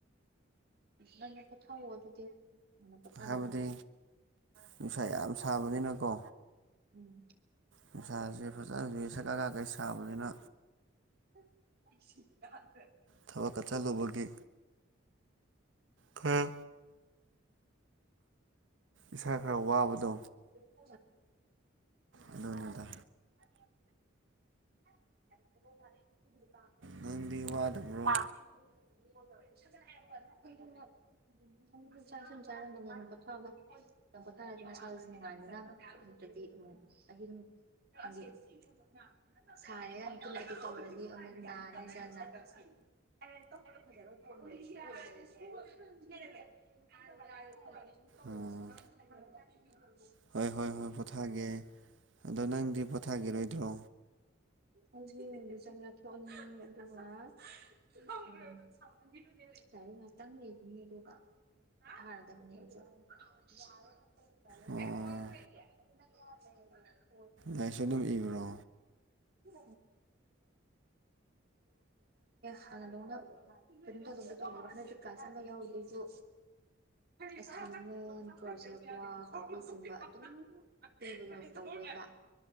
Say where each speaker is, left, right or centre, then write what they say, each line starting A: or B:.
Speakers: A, on the right; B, on the right.
A: ꯅꯪꯅ ꯄꯣꯊꯥꯑꯣ ꯑꯗꯨꯗꯤ ꯅꯪꯅ ꯄꯣꯊꯥꯗꯗꯤ꯫
B: ꯍꯥꯏꯕꯗꯤ ꯅꯨꯡꯁꯥ ꯌꯥꯝ ꯁꯥꯕꯅꯤꯅꯀꯣ꯫
A: ꯎꯝ
B: ꯅꯨꯡꯁꯥꯁꯦ ꯐꯖꯅ ꯍꯧꯖꯤꯛ ꯁꯛꯀꯒ ꯀꯩ ꯁꯥꯕꯅꯤꯅ꯫
A: <unintelligible>
B: ꯊꯕꯛꯀ ꯆꯠꯂꯨꯕꯒꯤ ꯈꯔ ꯏꯁꯥ ꯈꯔ ꯋꯥꯕꯗꯣ꯫
A: ꯑ꯫
B: ꯑꯗꯨꯅꯤꯗ
A: <unintelligible> <unintelligible> <unintelligible>
B: ꯅꯪꯗꯤ ꯋꯥꯗꯕ꯭ꯔꯣ
A: ꯇꯪ ꯄꯣꯊꯥꯔꯗꯤ ꯃꯁꯥꯖꯨ ꯅꯨꯉꯥꯏꯖꯅꯤ ꯅꯇꯔꯗꯤ ꯃꯨꯛ ꯑꯍꯤꯡ <unintelligible> ꯁꯥꯏꯌꯦ ꯌꯥꯝ ꯊꯨꯝꯕꯗꯨ ꯊꯨꯃꯗꯤ ꯑꯃꯨꯛ ꯅꯥꯅꯤꯗꯅ <unintelligible> <unintelligible>
B: ꯎꯝ ꯍꯣꯏ ꯍꯣꯏ ꯍꯣꯏ ꯄꯣꯊꯥꯒꯦ ꯑꯗꯣ ꯅꯪꯗꯤ ꯄꯣꯊꯥꯒꯤꯔꯣꯏꯗ꯭ꯔꯣ꯫
A: ꯑꯩꯗꯤ ꯍꯧꯖꯤꯛ ꯆꯥꯛ ꯆꯥꯊ‌ꯣꯛ ꯑꯅꯤ ꯑꯗꯨꯒ ꯑ ꯂꯥꯏꯔꯤꯛ ꯉꯥꯛꯇꯪ ꯌꯦꯡꯒꯤꯅꯤ ꯑꯗꯨꯒ ꯄ‌ꯣꯊꯥꯔꯗꯕꯅ‌ꯦ ꯑꯩ ꯖꯨ
B: ꯑꯣ
A: <unintelligible>
B: ꯂꯥꯏꯁꯨ ꯑꯗꯨꯝ ꯏꯕ꯭ꯔꯣ
A: ꯎ <unintelligible> ꯍꯥꯟꯅꯗꯧꯅ <unintelligible> ꯀꯂꯁ ꯑꯃ ꯌꯎꯗꯣꯏꯗꯨ ꯑꯁꯥꯏꯟꯃꯦꯟ ꯄ꯭ꯔꯣꯖꯦꯛ ꯋꯥꯛ ꯑꯗꯨꯒꯨꯝꯕ ꯑꯗꯨꯝ꯫ <unintelligible> ꯇꯧꯋ‌ꯦꯕ